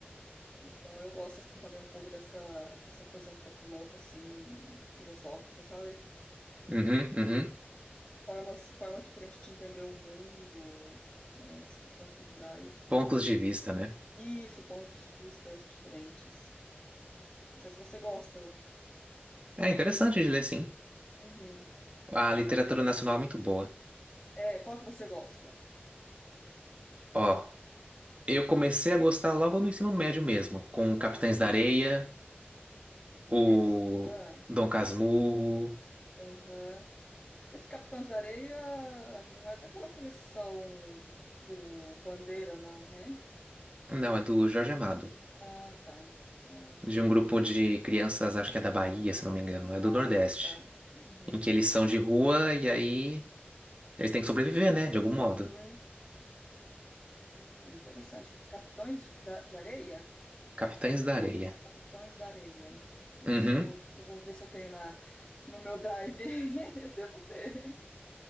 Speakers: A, on the left (about 20°); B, on the right (about 30°).
A: Então eu gosto assim também um pouco dessa dessa coisa um pouco louca assim, filosófica, sabe?
B: Uhum, uhum.
A: Formas formas diferentes de entender o mundo, né, as questões culturais.
B: Pontos de vista, né?
A: Isso, pontos de vistas diferentes. Não sei se você gosta.
B: É interessante de ler, sim.
A: Uhum.
B: A literatura nacional é muito boa.
A: É, qual que você gosta?
B: Ó, eu comecei a gostar logo no ensino médio mesmo, com
A: Uhum.
B: Capitães da Areia, o
A: Esse, ah,
B: Dom Casmurro,
A: aham. Esse Capitães da Areia não é daquela coleção do do Bandeira, não, né?
B: Não, é do Jorge Amado,
A: Ah, tá. Ah, isso
B: de
A: eu não.
B: um grupo de crianças, acho que é da Bahia, se não me engano, é do
A: Ah,
B: Nordeste,
A: tá. Uhum.
B: em que eles são de rua e aí eles têm que sobreviver, né, de algum modo.
A: Uhum. Hum, interessante. Capitões de- da, de Areia?
B: Capitães da Areia.
A: Capitões da Areia. Eu
B: Uhum.
A: vou, eu vou ver se eu tenho na, no meu drive. <laughs> Eu Devo ter.